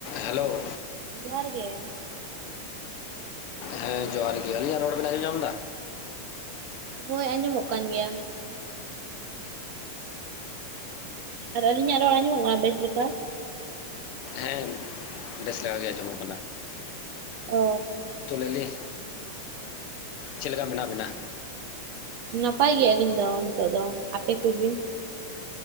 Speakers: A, on the left; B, on the right.
A: ᱦᱮᱞᱳ᱾
B: ᱦᱮᱸ ᱡᱚᱦᱟᱨ ᱜᱮ᱾
A: ᱦᱮᱸ ᱡᱚᱦᱟᱨ ᱜᱮ, ᱟᱹᱞᱤᱧᱟᱜ ᱨᱚᱲ ᱵᱮᱱ ᱟᱸᱡᱚᱢ ᱧᱟᱢᱟ ᱮᱫᱟ?
B: ᱦᱳᱭ ᱟᱸᱡᱚᱢᱚᱜ ᱠᱟᱱ ᱜᱮᱭᱟ᱾ ᱟᱨ ᱟᱹᱞᱤᱧᱟᱜ ᱨᱚᱲ ᱟᱸᱡᱚᱢᱚᱜ ᱠᱟᱱᱟ ᱵᱮᱥ ᱞᱮᱠᱟ?
A: ᱦᱮᱸ ᱵᱮᱥ ᱞᱮᱠᱟ ᱜᱮ ᱟᱸᱡᱚᱢᱚᱜ ᱠᱟᱱᱟ
B: ᱚ
A: ᱛᱚ ᱞᱟᱭᱞᱤᱱ ᱪᱮᱫᱞᱮᱠᱟ ᱢᱮᱱᱟᱜ ᱵᱤᱱᱟ?
B: ᱱᱟᱯᱟᱭ ᱜᱮ ᱟᱹᱞᱤᱧ ᱫᱚ ᱱᱤᱛᱚᱜ ᱫᱚ, ᱟᱯᱮ ᱠᱚᱜᱮ?